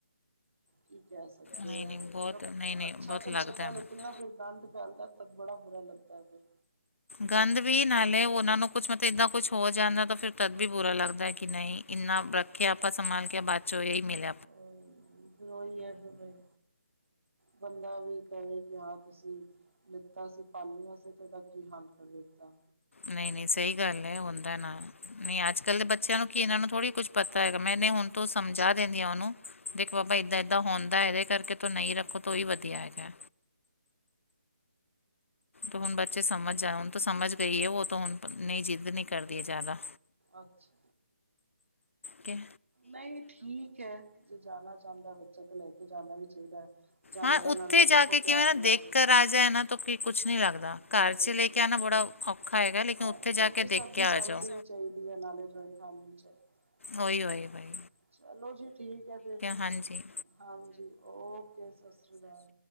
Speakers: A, on the right (about 85°); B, on the left (about 75°).
A: ਕੀ ਕਹਿ ਸਕਦੇ
B: ਨਹੀਂ
A: ਆ,
B: ਨਹੀਂ
A: ਮਤਲਬ
B: ਬਹੁਤ ਨਹੀਂ ਨਹੀਂ
A: ਅੱਛਾ
B: ਬਹੁਤ
A: ਤੇ ਲੱਗਦਾ,
B: ਹੈ
A: ਲੇਕਿਨ
B: ਮੈਨੂੰ
A: ਨਾ ਫਿਰ ਗੰਦ ਫੈਲਦਾ ਤੇ ਬੜਾ ਬੁਰਾ ਲੱਗਦਾ ਐ, ਫਿਰ।
B: ਗੰਦ ਵੀ ਨਾਲੇ ਉਹਨਾਂ ਨੂੰ ਕੁਛ ਮਤਲਬ ਏਦਾਂ ਕੁਛ ਹੋ ਜਾਂਦਾ ਤਾਂ ਫਿਰ ਤਦ ਵੀ ਬੁਰਾ ਲੱਗਦਾ ਐ ਕਿ ਨਹੀਂ ਇੰਨਾ ਰੱਖਿਆ ਆਪਾਂ ਸੰਭਾਲ ਕੇ ਬਾਦ ਚ ਇਹ ਮਿਲ
A: ਹੂੰ ਫਿਰ ਉਹੀ ਹੈ ਫਿਰ ਬਾਈ, ਬੰਦਾ ਵੀ ਕਵੇ- ਕਿ ਹਾਂ ਤੁਸੀਂ, ਲਿਤਾ ਸੀ ਪਾਲਿਆ ਸੀ ਤੇ ਉਹਦਾ ਕੀ ਹੱਲ ਕਰ ਦਿੱਤਾ।
B: ਨਹੀਂ-ਨਹੀਂ ਸਹੀ ਗੱਲ ਹੈ ਹੁੰਦਾ ਨਾ। ਨਹੀਂ ਅੱਜਕੱਲ ਦੇ ਬੱਚਿਆਂ ਨੂੰ ਕੀ ਇਹਨਾਂ ਨੂੰ ਥੋੜ੍ਹੀ ਕੁਛ ਪਤਾ ਹੈਗਾ ਮੈਂਨੇ ਹੁਣ ਤੋ ਸਮਝਾ ਦਿੰਦੀ ਉਹਨੂੰ। ਦੇਖੋ ਬਾਬਾ ਏਦਾਂ-ਏਦਾਂ ਹੁੰਦਾ ਇਹਦੇ ਕਰਕੇ ਤੂੰ ਨਹੀਂ ਰੱਖੋ ਤੋ ਈ ਵਧੀਆ ਹੈਗਾ। ਹੁਣ ਬੱਚੇ ਸਮਝ ਜਾਣ ਸਮਝ ਗਈ ਹੈ ਉਹ ਹੁਣ ਨਹੀਂ ਜਿੱਦ ਨੀ ਕਰਦੀ ਜ਼ਿਆਦਾ।
A: ਅੱਛਾ
B: ਕਿ
A: ਨਹੀਂ ਠੀਕ ਹੈ ਜੇ ਜਾਣਾ ਚਾਂਦਾ ਬੱਚਾ ਤਾਂ ਲੈ ਕੇ ਜਾਣਾ ਵੀ ਚਾਹੀਦਾ। ਜਾਨਵਰਾਂ
B: ਹੈਂ ਉੱਥੇ
A: ਨਾਲ ਵੀ ਦੇਖੋ
B: ਜਾ ਕੇ ਕਿਵੇਂ
A: ਪਿਆਰ
B: ਨਾ
A: ਹੋਣਾ
B: ਦੇਖਕਰ
A: ਜ਼ਰੂਰੀ ਹੈ
B: ਆ ਜਾਏ ਨਾ ਤੋ ਕੀ- ਕੁਛ ਨੀ ਲੱਗਦਾ
A: ਬਿਲਕੁਲ
B: ਘਰ 'ਚ ਲੈ
A: ਬਿਲਕੁਲ
B: ਕੇ ਆਉਣਾ ਬੜਾ ਔਖਾ ਹੈਗਾ ਲੇਕਿਨ ਉੱਥੇ
A: ਹੈ ਉਹ
B: ਜਾ
A: ਫਿਰ
B: ਕੇ
A: ਸਭ
B: ਦੇਖ
A: ਦੀ
B: ਕੇ ਆ
A: ਸਹਿਮਤੀ
B: ਜਾਓ।
A: ਵੀ ਚਾਹੀਦੀ ਹੈ ਨਾਲੇ ਜੁਆਇੰਟ ਫੈਮਲੀ ਚ।
B: ਉਹ ਈ ਉਹ ਈ
A: ਨਾ।
B: ਬਾਈ।
A: ਚਲੋ ਜੀ ਠੀਕ ਹੈ ਫਿਰ।
B: ਹਾਂਜੀ
A: ਹਾਂਜੀ ਓਕੇ ਸਤਿ ਸ੍ਰੀ ਅਕਾਲ।